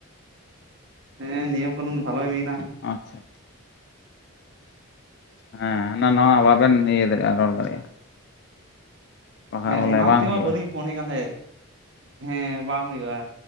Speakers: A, on the right; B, on the left.
A: ᱦᱮᱸ ᱱᱤᱭᱚᱢ ᱠᱟᱹᱱᱩᱱ ᱵᱷᱟᱞᱚᱭ ᱦᱩᱭᱱᱟ
B: ᱟᱪᱪᱷᱟ ᱦᱮᱸ ᱦᱟᱱᱟ ᱱᱚᱣᱟ ᱵᱟᱵᱮᱱ ᱤᱭᱟᱹ ᱫᱟᱲᱮᱭᱟᱜᱼᱟ ᱨᱚᱲ ᱫᱟᱲᱮᱭᱟᱜᱼᱟ᱾ ᱵᱟᱠᱷᱟᱡ
A: ᱦᱮᱸ
B: ᱵᱚᱞᱮ
A: ᱚᱱᱟ
B: ᱵᱟᱝ
A: ᱛᱮᱢᱟ
B: ᱦᱩᱭᱩᱜᱼᱟ
A: ᱵᱟᱹᱞᱤᱧ ᱯᱷᱳᱱᱮᱫ ᱠᱟᱱ ᱛᱟᱦᱮᱸᱫ᱾ ᱦᱮᱸ ᱵᱟᱝ ᱦᱩᱭᱩᱜᱼᱟ,